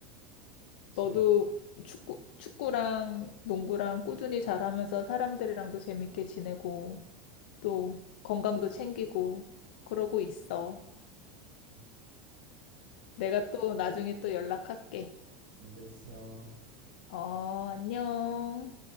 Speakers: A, on the right; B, on the left.
A: 그치.
B: 너도 축구, 축구랑 농구랑 꾸준히 잘하면서 사람들이랑도 재밌게 지내고 또 건강도 챙기고 그러고 있어.
A: 음,
B: 내가 또 나중에 또 연락할게.
A: 알겠어.
B: 어, 안녕.